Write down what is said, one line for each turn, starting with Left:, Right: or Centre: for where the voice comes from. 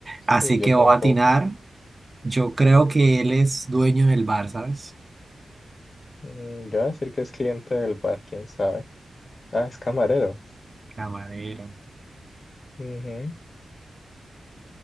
Right: Así
Left: Sí, yo
Right: que
Left: tampoco.
Right: voy a atinar. Yo creo que él es dueño del bar, ¿sabes?
Left: Mm, yo voy a decir que es cliente del bar, quién sabe. Ah, es camarero.
Right: Camarero.
Left: Ujú.